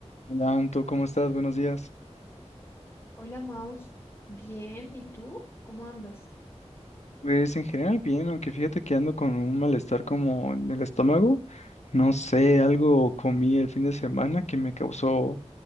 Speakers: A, on the left (about 75°); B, on the left (about 25°).
A: Hola, Anto, ¿cómo estás? Buenos días.
B: Hola Maus, bien, ¿y tú? ¿Cómo andas?
A: Pues en general bien, aunque fíjate que ando con un malestar como en el estómago. No sé, algo comí el fin de semana que me causó